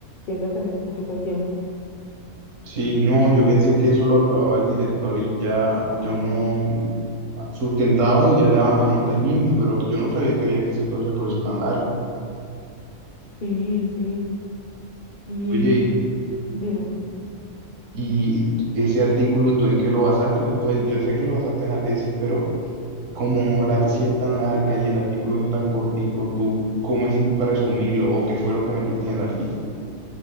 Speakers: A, on the left; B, on the right.
A: siempre tenés poquito tiempo.
B: Sí, no, yo pensé que eso lo aprobaba el director y ya, ya uno sustentaba y ya le daban la nota ahí mismo, pero yo no sabía que había que hacer todo ese proceso tan largo.
A: Sí, sí. Y
B: Oye,
A: dime.
B: ¿y ese artículo tú en qué lo basaste? Bueno, yo sé que lo basaste en la tesis, pero como la tesis es tan larga y el artículo es tan cortico, ¿tú cómo hiciste para resumirlo o qué fue lo que metiste en el artículo?